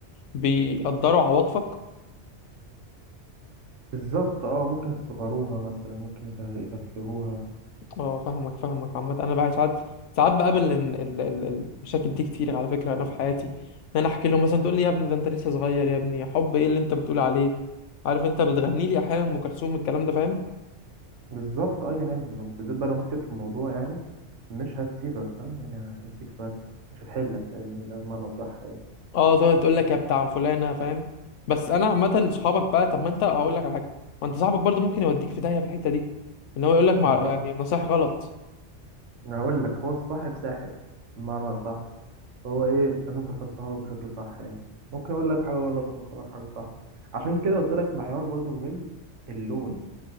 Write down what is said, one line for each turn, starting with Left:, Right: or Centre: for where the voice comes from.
Left: بيقدروا عواطفك
Right: بالظبط اه ممكن يصغروها مثلا ممكن يته- يتفهوها
Left: اه فاهمك فاهمك عامة انا بقى ساعات ساعات بقابل إن ال- ال- المشاكل دي كتير على فكرة انا في حياتي ان انا احكي لهم مثلا تقول لي يا ابني ده انت لسه صغير يا ابني حب ايه اللي انت بتقول عليه عارف انت بتغني لي احيانا ام كلثوم الكلام ده فاهم
Right: بالظبط اه يعني بالذات بقى لو مسكت في الموضوع يعني مش هتسيبك فاهم يعني هتمسك فات مش هتحلك فاهمني ده بمعنى صح يعني
Left: اه تقعد تقول لك يا بتاع فلانة فاهم بس انا عامة صحابك بقى طب ما انت هقول لك على حاجة ما انت صاحبك برضو ممكن يوديك في داهية في الحتة دي ان هو يقول لك
Right: ما
Left: مع
Right: هو بقى
Left: يعني نصايح غلط
Right: أنا هقول لك هو الصاحب ساحب بمعنى صح هو إيه لازم تختار صحابك بشكل صح يعني ممكن أقول لك حاجة غلط ممكن أقول لك حاجة صح عشان كده قلت لك معيار برضو مهم اللون